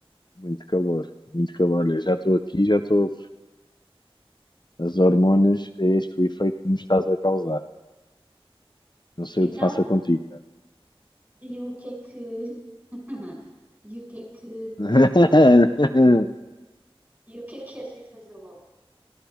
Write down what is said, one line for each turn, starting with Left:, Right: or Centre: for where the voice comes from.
Left: muito calor, muito calor. Olha, já estou aqui, já estou. As hormonas, é este o efeito que me estás a causar. Não sei
Right: Então,
Left: o que faça contigo, cara.
Right: e o que é que. <laughs> E o que é que.
Left: <laughs>
Right: E o que é que queres ir fazer logo?